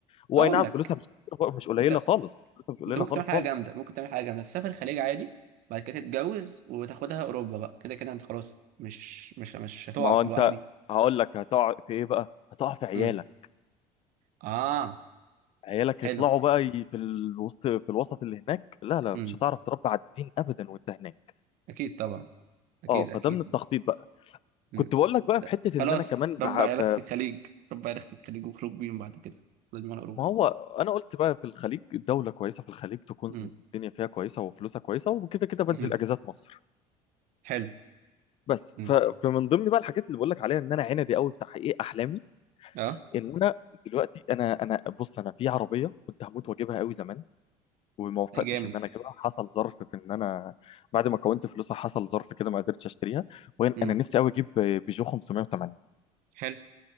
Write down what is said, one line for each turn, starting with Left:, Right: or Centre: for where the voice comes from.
Left: واي
Right: اقول
Left: نعم
Right: لك
Left: فلوسها مش <laughs> مش قليله
Right: انت
Left: خالص فلوسها مش قليله
Right: انت ممكن
Left: خالص
Right: تعمل حاجه
Left: خالص
Right: جامده ممكن تعمل حاجه جامده تسافر الخليج عادي بعد كده تتجوز وتاخدها اوروبا بقى كده كده انت خلاص مش مش مش هتقع
Left: ما هو
Right: في
Left: انت
Right: الوقعه دي
Left: هقول لك هتقع في ايه بقى هتقع في عيالك
Right: امم اه
Left: عيالك
Right: حلو
Left: هيطلعوا بقى ي- في الوسط في الوسط اللي هناك لا لا
Right: امم
Left: مش هتعرف تربي على الدين ابدا وانت هناك
Right: اكيد طبعا اكيد
Left: اه فده
Right: اكيد
Left: من التخطيط بقى
Right: مم.
Left: كنت بقول لك بقى
Right: لا.
Left: في حته
Right: خلاص
Left: ان انا كمان بع...
Right: ربع عيالك
Left: ب...
Right: في الخليج ربع عيالك في الخليج وخرج بيهم بعد كده لازم انا اوروبا
Left: ما هو انا قلت بقى في الخليج دوله كويسه في الخليج تكون
Right: مم.
Left: الدنيا فيها كويسه وفلوسها كويسه وكده كده بنزل
Right: مم.
Left: اجازات مصر
Right: حلو
Left: بس
Right: مم.
Left: ف... فمن ضمن بقى الحاجات اللي بقول لك عليها ان انا عندي قوي في تحقيق احلامي
Right: اه
Left: ان انا دلوقتي انا انا بص انا في عربيه كنت هموت واجيبها قوي زمان وما وفقتش
Right: أي جامد
Left: ان انا اجيبها حصل ظرف في ان انا بعد ما كونت فلوسها حصل ظرف كده ما قدرتش اشتريها وين
Right: مم.
Left: انا نفسي قوي اجيب بيجو 580
Right: حلو